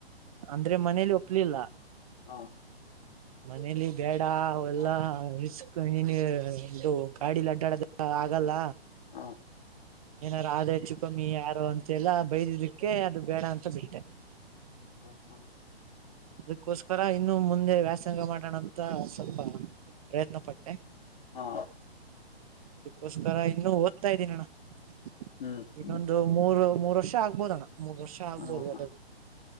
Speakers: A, on the right; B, on the left.
A: ಅಂದ್ರೆ ಮನೇಲಿ ಒಪ್ಲಿಲ್ಲ.
B: ಹಾ
A: ಮನೇಲಿ ಬೇಡ ಅವೆಲ್ಲ
B: ಹಾ
A: ರಿಸ್ಕ್ ಕ ಇನ್ನ ಇದು ಗಾಡಿಲ ಅಡ್ಡ್ಯಡಕ ಆಗಲ್ಲ.
B: ಹ
A: ಏನಾರ ಆದ್ರೆ ಹೆಚ್ಚು ಕಮ್ಮಿ ಯಾರು ಅಂತೆಲ್ಲ ಬೈದಿದ್ದಿಕ್ಕೆ ಅದು ಬೇಡ ಅಂತ ಬಿಟ್ಟೆ.
B: ಹ ಹಾ
A: ಅದಕ್ಕೋಸ್ಕರ ಇನ್ನು ಮುಂದೆ ವ್ಯಾಸಂಗ ಮಾಡಣಂತ ಸ್ವಲ್ಪ. ಪ್ರಯತ್ನ ಪಟ್ಟೆ.
B: ಹಾ
A: ಇದಕ್ಕೋಸ್ಕರ ಇನ್ನು ಓದ್ತಾ ಇದ್ದೀನಣ್ಣ <inaudible>
B: ಹ್ಮ್
A: ಇನ್ನೊಂದು
B: ಹ್ಮ್
A: ಮೂರ್ ಮೂರ್ ವರ್ಷ ಆಗ್ಬೋದ ಅಣ್ಣ ಮೂರ್ ವರ್ಷ ಆಗ್ಬೋದು
B: ಹಾ
A: <unintelligible>
B: ಹಾ
A: ಒಟ್ಟ